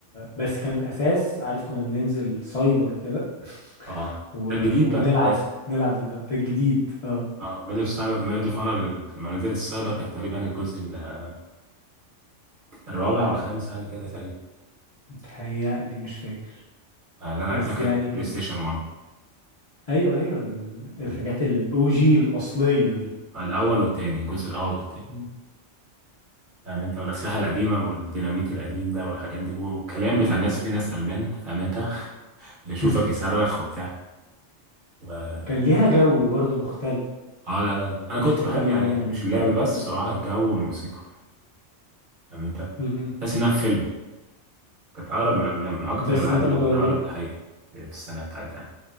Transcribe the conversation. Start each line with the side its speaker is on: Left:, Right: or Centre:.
Left: بس كان الاساس عارف كنا بننزل سايبر كده <laughs>
Right: اه
Left: و...
Right: ده الجديد
Left: ونلعب
Right: بقى لسه
Left: نلعب ضد بعض. ده الجديد اه
Right: اه ميدل اوف سايبر ميدل اوف اونر لما نزلت السايبر كانت تقريبا الجزء ال- الرابع أو الخامس حاجة كده تقريبا
Left: متهيألي مش فاكر
Right: آه، اللي أنا
Left: بس
Right: لعبتها كانت
Left: يعني كان
Right: بلاي ستيشن 1
Left: ايوه ايوه ال-
Right: آه،
Left: الحاجات الاو جي الاصليه دي
Right: الأول والتاني الجزء الأول والتاني
Left: مم.
Right: فاهم أنت والأسلحة القديمة والديناميت القديم ده والحاجات دي والكلام بتاع الناس في ناس ألمان فاهم أنت <laughs> اللي يشوفك
Left: <laughs>
Right: يصرخ وبتاع و...
Left: كان ليها جو برضو مختلف
Right: اه لا لا لا أنا كنت
Left: اكيد
Right: بحب يعني
Left: يعني عن
Right: مش
Left: الألعاب
Right: اللعب بس
Left: دلوقتي
Right: بصراحة الجو والموسيقى فاهم أنت
Left: مم.
Right: تحس إنها في فيلم كانت أقرب من من من أكتر
Left: بس
Right: الألعاب
Left: انت
Right: الأقرب
Left: ما جر...
Right: للحقيقة في السنة بتاعتها يعني